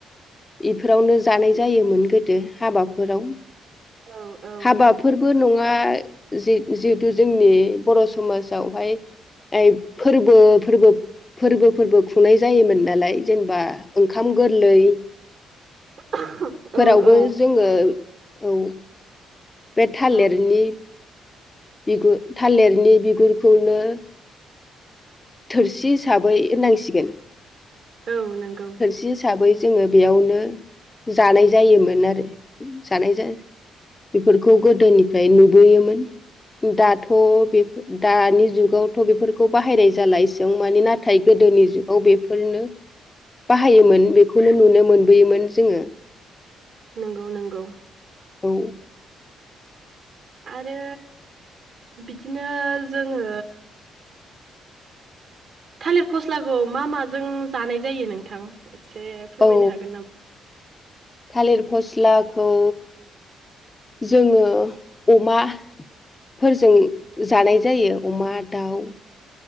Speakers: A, on the left; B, on the right.
A: इफोरावनो जानाय जायोमोन गोदो हाबाफोराव
B: औ औ
A: हाबा फोरबो नङा जिहेतु जोंनि बर' समाजावहाय फोरबो फोरबो फोर्बो फोरबो खुंनाय जायोमोन नालाय जेनेबा ओंखाम गोरलै
B: <unintelligible>
A: फोरावबो
B: औ
A: जोङो औ बे थालेरनि
B: औ
A: बिगुर थालेरनि बिगुरखौनो थोरसि हिसाबै होननांसिगोन
B: औ नोंगौ
A: बि हिसाबै जोङो बेयावनो जानाय जायोमोन आरो। जानाय जा बिफोरखौ गोदोनिफ्राय नुबोयोमोन दाथ' बेफो दानि जुगावथ' बेफोरखौ बाहायनाय दालायजों माने नाथाय गोदोनि जुगाव बेफोरनो बाहायोमोन बे बेखौनो नुनो मोनबोयोमोन जोङो
B: नोंगौ नोंगौ
A: औ
B: आरो बिदिनो जोङो थालिर फस्लाखौ मा माजों जानाय जायो नोंथां एसे फोरमायनो
A: औ
B: हागोन नामा?
A: थालिर फस्लाखौ जोङो अमा फोरजों जानाय जायो अमा दाउ